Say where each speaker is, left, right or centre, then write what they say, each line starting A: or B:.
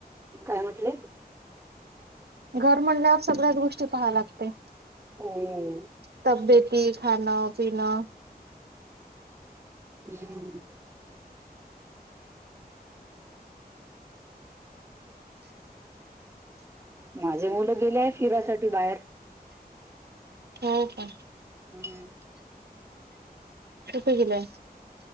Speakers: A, on the right; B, on the right.
A: काय म्हटले
B: घर म्हणल्यावर सगळ्याच गोष्टी पाहाय लागते.
A: हो
B: तब्येेती खाणं पिणं
A: हम्म माझे मुलं गेले आहे फिरायसाठी बाहेर.
B: हो का
A: हम्म
B: कुठं गेलेय